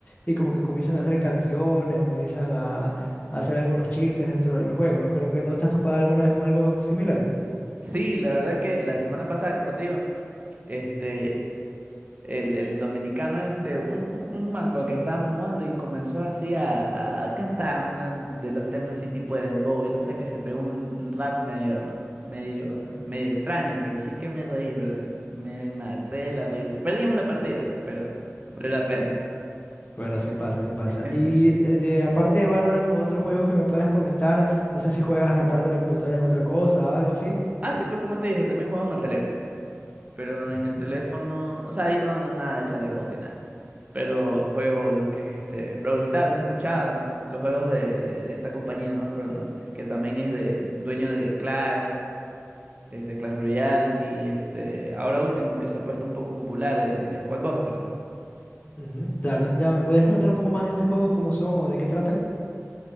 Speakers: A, on the left; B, on the right.
A: y como que comienzan a hacer canciones o comienzan a, a hacer algunos chistes dentro de los juegos. Creo que no estás topada alguna vez con algo similar.
B: Sí, la verdad que la semana pasada, como te digo, este, El, el dominicano este, un, un, un man con el que estábamos jugando y comenzó así a, a cantar uno de los temas así tipo de dembow y no sé, que se pegó un un rap medio, medio, medio extraño, pero sí que me reí, brother. Me maté de la risa. Perdimos la partida, pero valió la pena.
A: Bueno, así pasa, así pasa.
B: <laughs>
A: Y eh, de- aparte de Valorant, otros juegos que me puedas comentar, no sé si juegas aparte de la computadora en otra cosa, algo así.
B: Ah, sí, pues como te dije, también jugaba en el teléfono, pero
A: Ujú,
B: en el teléfono, o sea, ahí no, no, nada de chat de voz ni nada. pero juego lo que es este Brawl Stars, ¿lo has escuchado? Los juegos de, de, de esta compañía, no me acuerdo el nombre, que también es de dueño de Clash, este Clash Royale y este ahora último que se ha puesto un poco popular, el Squad Buster.
A: ujú, Claro, ya, ¿me podrías comentar un poco más de este juego, cómo son o de qué tratan?